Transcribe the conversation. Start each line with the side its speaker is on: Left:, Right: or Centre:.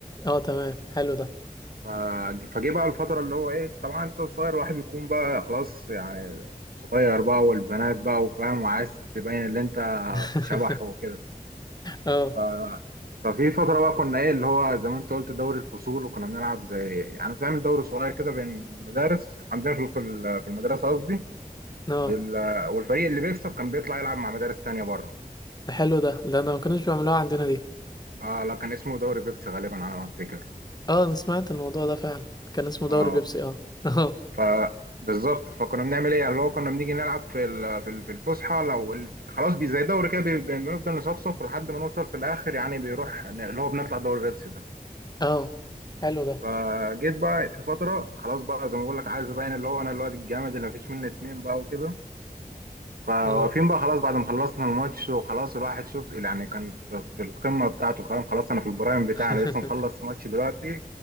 Left: اه تمام حلو ده
Right: ف- فجه بقى الفترة اللي هو ايه طبعا انت صغير الواحد بيكون بقى خلاص يعني صغير بقى والبنات بقى وفاهم وعايز تبين اللي انت
Left: <laughs>
Right: شبح وكده
Left: اه
Right: ف... ففي فترة بقى كنا ايه اللي هو زي ما انت قلت دوري الفصول وكنا بنلعب زي يعني بتعمل دوري صغير كده بين المدارس عندنا في في ال- في المدرسة قصدي
Left: اه
Right: وال... والفريق اللي بيكسب كان بيطلع يلعب مع مدارس تانية بره
Left: حلو ده لا انا ما كانوش بيعملوها عندنا دي
Right: اه لا كان اسمه دوري بيبسي غالبا على ما افتكر
Left: اه انا سمعت الموضوع ده فعلا كان اسمه دوري
Right: اه
Left: بيبسي اه <laughs> اه
Right: فبالظبط فكنا بنعمل ايه يعني اللي هو كنا بنيجي نلعب في ال- في ال- في الفسحه لو ال- خلاص بي زي دوري كده بي- بنفضل نصفصف لحد ما نوصل في الاخر يعني بيروح ن- اللي هو بنطلع دوري بيبسي ده
Left: اه حلو ده
Right: فجيت بقى في فتره خلاص بقى زي ما بقول لك عايز ابين اللي هو انا الواد الجامد اللي مفيش منه اتنين بقى وكده فواقفين
Left: اه
Right: بقى خلاص بعد ما خلصنا الماتش وخلاص الواحد شوف يعني كان في في القمه بتاعته فاهم خلاص انا في البرايم بتاعي
Left: <laughs>
Right: انا لسه مخلص ماتش دلوقتي